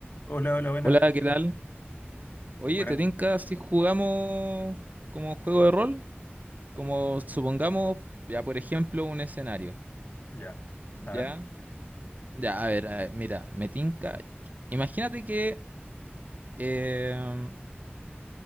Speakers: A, on the left; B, on the right.
A: Hola, hola, buenas.
B: Hola, ¿qué tal? Oye,
A: Buenas,
B: ¿te tinca si jugamos como juego de rol? Como supongamos, ya por ejemplo, un escenario.
A: ya. A
B: ¿Ya?
A: ver,
B: Ya, a ver, a ver, mira, me tinca. Imagínate que em,